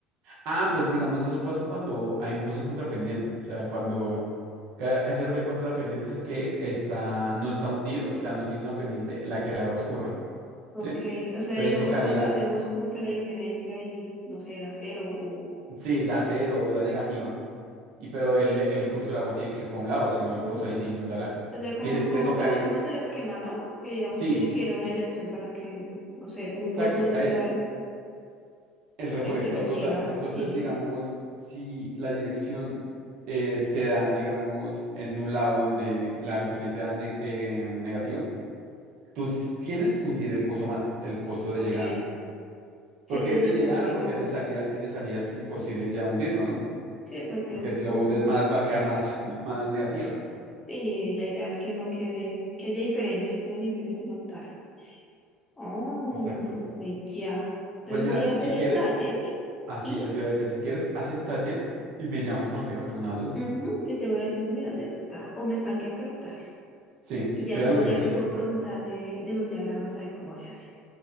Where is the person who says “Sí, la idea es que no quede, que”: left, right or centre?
Left